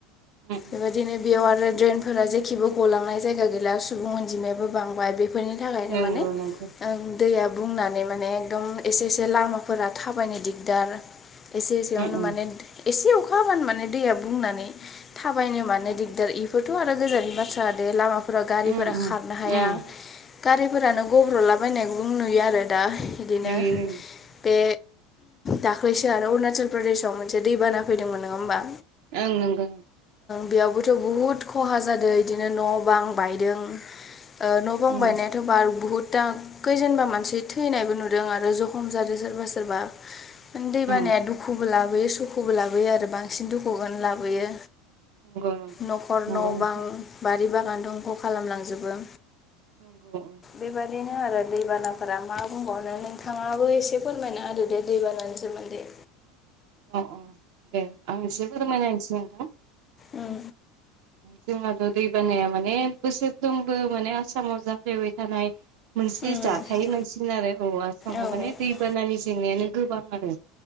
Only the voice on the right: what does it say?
उम
नंगौ
नंगौ
उम उम
उम उम
उम
नुयो
ओं नंगौ
उम
उम
नंगौ नंगौ
नंगौ
नोंथां।
<unintelligible>
अ अ दे आं गसे फोरोमाय नायनोसै नों
जोंहाथ' दै बानाया माने बोसोरफ्रंबो माने आसामाव जाफ्लायबाय थानाय मोनसे
जाथाय नांसिन आरो औ आसामाव
माने दैबानानि जेंनायानो गोबां आरो